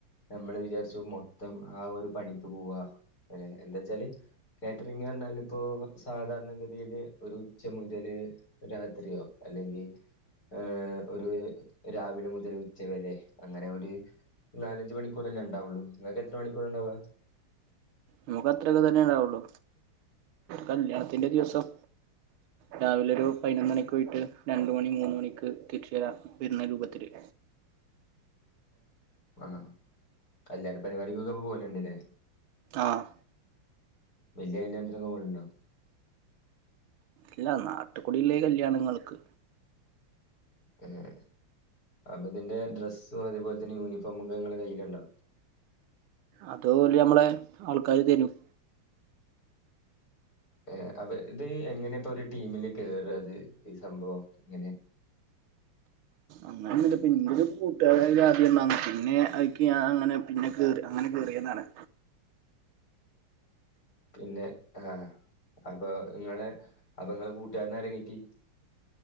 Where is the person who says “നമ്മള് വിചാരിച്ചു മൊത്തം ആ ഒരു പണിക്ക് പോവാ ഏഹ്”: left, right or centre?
Left